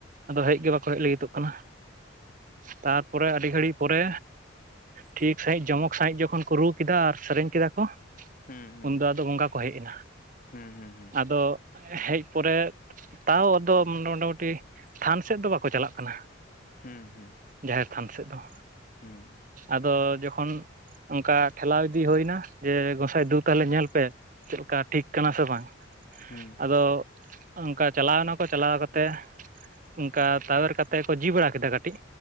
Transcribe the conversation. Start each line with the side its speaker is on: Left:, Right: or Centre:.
Right: ᱟᱫᱚ ᱦᱮᱡ ᱜᱮ ᱵᱟᱠᱚ ᱦᱮᱡ ᱞᱟᱹᱜᱤᱫᱚᱜ ᱠᱟᱱᱟ ᱛᱟᱨᱯᱚᱨᱮ ᱟᱹᱰᱤ ᱜᱷᱟᱹᱲᱤᱡ ᱯᱚᱨᱮ ᱴᱷᱤᱠ ᱥᱟᱹᱦᱤᱡ ᱡᱚᱢᱚᱠ ᱥᱟᱹᱦᱤᱡ ᱡᱚᱠᱷᱚᱱ ᱠᱚ ᱨᱩ ᱠᱮᱫᱟ ᱟᱨ ᱥᱮᱨᱮᱧ ᱠᱮᱫᱟ ᱠᱚ,
Left: ᱦᱩᱸ ᱦᱩᱸ
Right: ᱩᱱᱫᱚ ᱟᱫᱚ ᱵᱚᱸᱜᱟ ᱠᱚ ᱦᱮᱡ ᱮᱱᱟ
Left: ᱦᱩᱸ ᱦᱩᱸ ᱦᱩᱸ
Right: ᱟᱫᱚ ᱦᱮᱡ ᱯᱚᱨᱮ, ᱛᱟᱣ ᱟᱫᱚ ᱢᱚᱴᱟᱢᱩᱴᱤ ᱛᱷᱟᱱ ᱥᱮᱫ ᱫᱚ ᱵᱟᱠᱚ ᱪᱟᱞᱟᱜ ᱠᱟᱱᱟ᱾
Left: ᱦᱩᱸ ᱦᱩᱸ ᱦᱩᱸ
Right: ᱡᱟᱦᱮᱨ ᱛᱷᱟᱱ ᱥᱮᱫ ᱫᱚ᱾
Left: ᱦᱩᱸ
Right: ᱟᱫᱚ ᱡᱚᱠᱷᱚᱱ ᱚᱱᱠᱟ ᱴᱷᱮᱞᱟᱣ ᱤᱫᱤ ᱦᱩᱭᱱᱟ ᱡᱮ ᱜᱚᱸᱥᱟᱭ ᱫᱩ ᱛᱟᱦᱞᱮ ᱧᱮᱞ ᱯᱮ, ᱪᱮᱫᱞᱮᱠᱟ ᱴᱷᱤᱠ ᱠᱟᱱᱟ ᱥᱮ ᱵᱟᱝ?
Left: ᱦᱩᱸ
Right: ᱟᱫᱚ ᱚᱱᱠᱟ ᱪᱟᱞᱟᱣ ᱱᱟᱠᱚ ᱪᱟᱞᱟᱣ ᱠᱟᱛᱮ ᱚᱱᱠᱟ ᱛᱟᱣᱮᱨ ᱠᱟ ᱠᱟᱛᱮᱮᱫ ᱠᱚ ᱡᱤ ᱵᱟᱲᱟ ᱠᱮᱫᱟ ᱠᱟᱹᱴᱤᱡ᱾